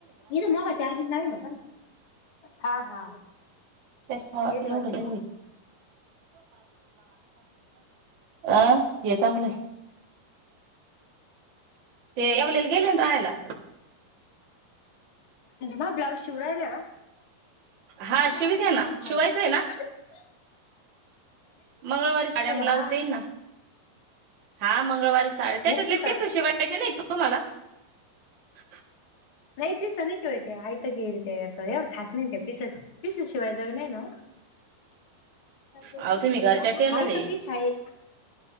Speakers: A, on the left (about 75°); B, on the right (about 40°).
A: इथ मगा चार लाल का हा हा
B: त्याच्यामुळं
A: बर
B: एवढं
A: वाट
B: लय बाई अं हे चांगलं ते यावलल गेलेंद आयला
A: म ब्लाउज शिवरायला का
B: हा
A: म
B: शिवित
A: लायलाच
B: आहे
A: नाही
B: ना
A: कस
B: शिवायचं आहे ना
A: झा
B: मंगळवारी साड्या ब्लाउज
A: हा
B: देईन ना हा मंगळवारी साडे त्याच्यातली
A: नक्की का
B: फीसशीिवायची नाही तुम्हाला हा हा
A: नाहीई पिसनिशवय तग येलतेय एवढ खास न नाहीयेते पिसेस पिसेशिवाय जग नाही ना डच
B: अहो तुम्ही घरच्या
A: आ
B: टेलर
A: तर पीस आहे